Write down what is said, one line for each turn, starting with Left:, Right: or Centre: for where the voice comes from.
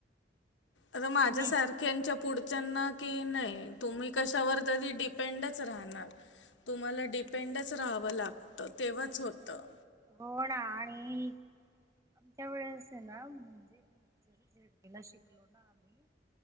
Left: आता
Right: मी
Left: माझ्या
Right: मी
Left: सारख्यांच्या पुढच्याना की नाही तुम्ही कशावर तरी डिपेंडच राहणार, तुम्हाला डिपेंडच राहावं लागतं तेव्हाच होतं.
Right: हो ना आणि आमच्या वेळेस ना म्हणजे जरी झेडपीला शिकलो ना आम्ही